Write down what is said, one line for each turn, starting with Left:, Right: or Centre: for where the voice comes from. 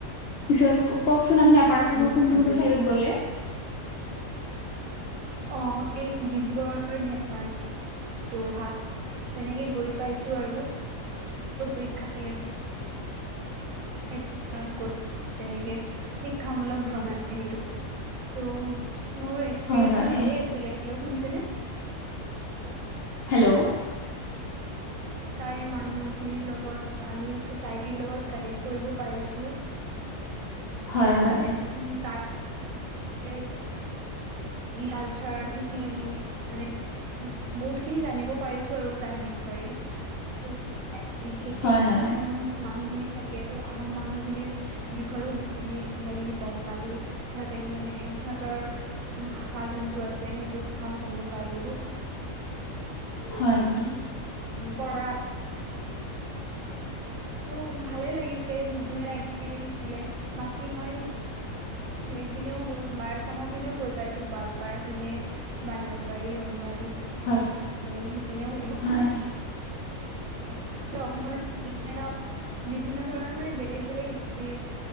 Left: পিছত কওকচোন আপুনি আপাৰ আসামৰ
Right: উম,
Left: কোনটো
Right: উম,
Left: কোনটো চাইত গ'লে
Right: অ ম‌ই ডিব্ৰুগড় ধেমাজি যোৰহাট তেনেকে গৈ পাইছো আৰু পৰীক্ষাছিলে সেইটো তেনেকে শিক্ষামূলক ভ্ৰমণ আছিল সেইটো ত মোৰ এক্সপিৰিয়েঞ্চটো
Left: হয় হয়
Right: ভাল আছিল শুনিছে নে
Left: হেল্ল'
Right: তাৰে মানুহ খিনিৰ লগত আৰু ছচাইটিৰ লগত কানেক্ট কৰিব পাৰিছো
Left: হয়
Right: আৰু
Left: হয়
Right: উম, তাৰে কালচাৰ সেইখিনি আমি মানে উ বহুত খিনি জানিব পাৰিছো আৰু তাৰ বিষয়ে বিশেষকে
Left: হয় হয়
Right: আহোম মানুহখিনি থাকে টো আহোম মানুহখিনিৰ বিষয়েও বহুত কিবি কিবা কিবি গম পালো সিহঁতে কেনে সিহঁতৰ ভাষা যোনটো আছে সেইটো কথাও জানিব পাৰিলো
Left: হয়, হয়
Right: পৰকা টো ভালে লাগিছে নতুন এক্সপিৰিয়েঞ্চ আছিলে বাকী মই সেই পিনেও গৈ ল'ৱাৰ আচামৰ পিনেও গৈ পাইছো গোৱালপাৰা পিনে বা নলবাৰী ৰঙিয়া পি
Left: হয়
Right: পিনে সেইপিনেও
Left: হয়
Right: অসম বিভিন্ন ধৰণৰ মানে বেলেগ বেলেগ এক্সপিৰিয়েঞ্চ